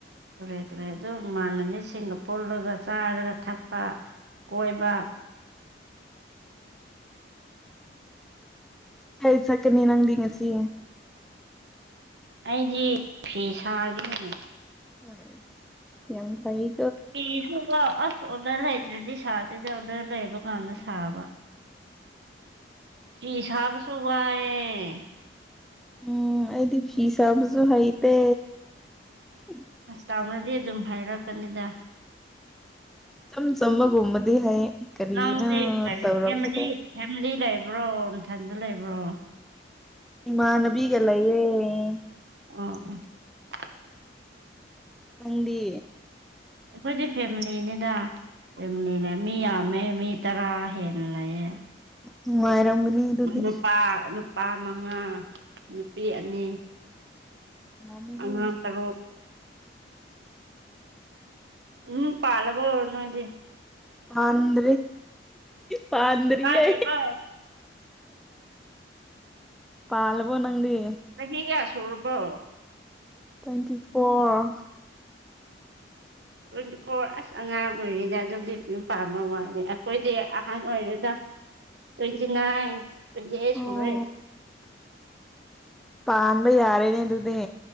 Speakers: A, on the right; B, in the centre.
A: ꯀꯔꯦ ꯀ꯭ꯔꯦ ꯑꯗꯨ ꯏꯃꯥꯟꯅꯕꯤꯁꯤꯡꯒ ꯄꯨꯜꯂꯒ ꯆꯥꯔꯒ ꯊꯛꯄ ꯀꯣꯏꯕ
B: ꯍ ꯆꯀꯅꯤ ꯅꯪꯗꯤ ꯉꯁꯤ
A: ꯑꯩꯗꯤ ꯐꯤ ꯁꯥꯒꯅꯤ
B: ꯑ ꯌꯥꯝ ꯀꯩ
A: ꯐꯤꯁꯨꯀꯥꯎ ꯑꯁ ꯑꯣꯔꯗꯔ ꯂꯩꯇ꯭ꯔꯗꯤ ꯁꯥꯗꯦꯗ ꯑꯣꯗꯔ ꯂꯩꯕ ꯀꯥꯟꯗ ꯁꯥꯕ ꯐꯤꯁꯕ ꯁꯕꯥꯏ
B: ꯎꯝ ꯑꯩꯗꯤ ꯐꯤꯤꯁꯝꯁꯨꯨ ꯍꯥꯏꯇ ꯎ
A: ꯆꯥꯎꯅꯗꯤ ꯑꯗꯨꯝ ꯍꯥꯏꯔꯛꯀꯅꯤꯗ
B: ꯏꯆꯝ ꯆꯝꯕꯒꯨꯝꯕꯗꯤ ꯍꯩ ꯀꯔꯤꯅꯣ
A: ꯂ ꯂꯩꯔꯦ
B: ꯇꯧꯔꯛꯄꯗ
A: ꯐ ꯐ ꯂ ꯂꯕ꯭ꯔꯣ ꯅꯅꯨꯡꯊꯁꯨ ꯂꯩꯕ꯭ꯔꯣ
B: ꯏꯃ ꯅꯕꯤꯒꯂꯌꯦꯦ
A: ꯑꯥ ꯑ
B: ꯍꯪꯗꯤ
A: ꯑꯩꯈꯣꯏꯗꯤ ꯐꯦꯃꯤꯂꯤꯅꯤꯗ ꯅꯤ ꯂꯩ ꯃꯤ ꯑꯃꯃꯦ ꯃꯤ ꯇꯔꯥ ꯍꯦꯅ ꯂꯩꯌꯦꯦ
B: ꯅꯨꯡꯉꯥꯏꯔꯝꯒꯅꯤ ꯑꯗꯨꯗꯤ
A: ꯅꯨꯄꯥ ꯅꯨꯄꯥ ꯃꯉꯥ ꯅꯨꯅꯥꯄꯤ ꯑꯅꯤ
B: ꯌꯥꯝꯃꯦꯍꯦ
A: ꯑꯉꯥꯡ ꯇꯔꯨꯛ ꯎꯝ ꯄꯥꯂꯒꯣ ꯑꯣꯏꯔꯅꯣꯗꯤ
B: ꯄꯥꯟꯗ꯭ ꯄꯥꯟꯗꯔꯤ
A: ꯋꯥꯠꯂꯤꯕꯣ
B: ꯄꯥꯂ ꯄꯣꯅꯪꯗꯤ
A: ꯆꯍꯤꯒ ꯁꯨꯔꯕꯣ
B: twenty four
A: twenty four hours ꯑꯉꯥꯡ ꯑꯣꯏꯔꯤꯗ ꯑꯗꯨꯝꯗꯤ ꯌꯨꯝ ꯄꯥꯝꯕ ꯋꯥꯂꯦ ꯑꯩꯈꯣꯏꯗꯤ ꯑꯍꯥꯡ ꯑꯣꯏꯔꯅ ꯇ꯭ꯋꯦꯟꯇꯤ ꯅꯥꯏꯟ ꯇ
B: ꯑꯣ
A: ꯁꯅꯦꯦ
B: ꯄꯥꯟꯕꯩ ꯌꯥꯔꯦꯅꯦ ꯑꯗꯨꯅꯦ